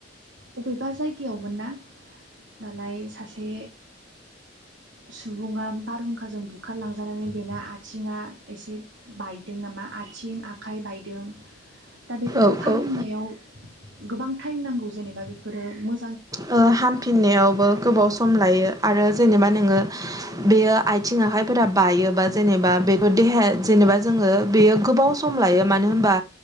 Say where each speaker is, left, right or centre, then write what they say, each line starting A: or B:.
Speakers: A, on the right; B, on the right.
A: अबेबा जायगायाव मोन ना दालाय सासे सुबुङा बारहुंखाजों बुखारलांजानानै बेना आथिङा एसे बायदों नामा आथिं आखाइ बायदों। दा बेफोरखौ
B: औ
A: फाहामनायाव
B: औ
A: गोबां टाइम नांगौ जेनेबा बेफोरो मो
B: ओ हामफिननायावबो गोबाव
A: औ
B: सम लायो आरो जेनेबा
A: औ
B: नोङो बेयो आयथिं आखाइफोरा बायोबा जेनेबा बेफोर देहाया जेनेबा जोङो बेयो गोबाव सम लायो मानो होमबा